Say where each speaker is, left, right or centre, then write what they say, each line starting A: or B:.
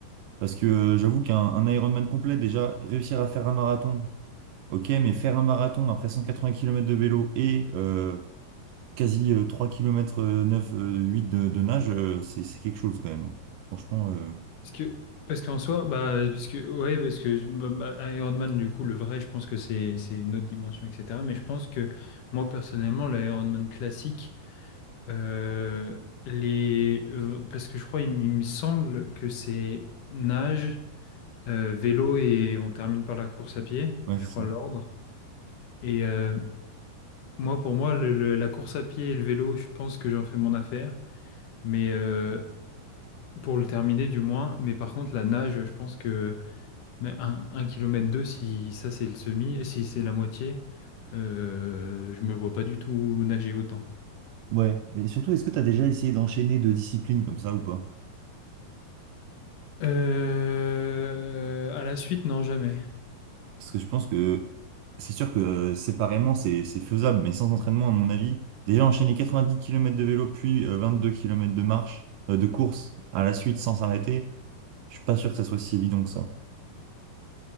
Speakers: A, on the right (about 75°); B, on the left (about 65°).
A: Parce que euh, j'avoue qu'un un Ironman complet, déjà, réussir à faire un marathon, ok, mais faire un marathon après 180 km de vélo et euh, quasi euh, 3 km 9, euh, de, de nage, euh, c'est c'est quelque chose quand même. Franchement, euh,
B: Parce que, parce qu'en soi, bah, parce que, ouais, parce que je- bah, bah, Ironman, du coup, le vrai, je pense que c'est, c'est une autre dimension, etc. Mais je pense que moi, personnellement, l'Ironman classique, euh, les, euh, parce que je crois, il, m- il me semble que c'est nage, euh, vélo et on termine par la course à pied,
A: ouais,
B: je
A: c'est
B: crois,
A: ça.
B: l'ordre. Et euh, moi, pour moi, le- le- la course à pied et le vélo, je pense que j'en fais mon affaire. Mais euh, pour le terminer, du moins. Mais par contre, la nage, je pense que mais un, un kilomètre deux, si ça c'est le semi, et si c'est la moitié, euh, je me vois pas du tout nager autant.
A: Ouais, mais surtout, est-ce que tu as déjà essayé d'enchaîner deux disciplines comme ça ou pas?
B: Euh, à la suite, non, jamais.
A: Parce que je pense que c'est sûr que euh, séparément, c'est c'est faisable, mais sans entraînement, à mon avis, déjà enchaîner 90 km de vélo, puis euh, 22 km de marche, euh, de course à la suite sans s'arrêter. Je suis pas sûr que ça soit si évident que ça.